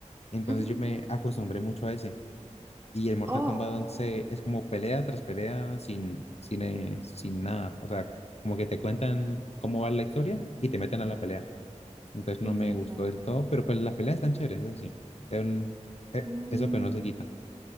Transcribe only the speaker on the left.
Entonces
yo me acostumbré mucho a ese. Y el Mortal
Kombat once es como pelea tras pelea sin, sin, eh, sin nada. O sea, como que te cuentan cómo va la historia y te meten a la pelea. Entonces
no me gustó del todo, pero pues las peleas están chéveres, eso sí. Es un- eh,
eso pero no se quita.